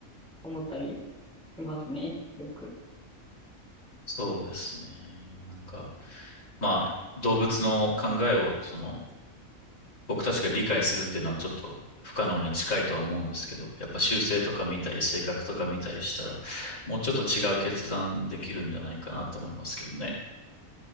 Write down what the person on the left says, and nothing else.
そうですね。なんか。まあ、動物の考えを、その、僕たちが理解するっていうのはちょっと不可能に近いとは思うんですけど、やっぱ習性とか見たり、性格とか見たりしたら、もうちょっと違う決断できるんじゃないかなと思いますけどね。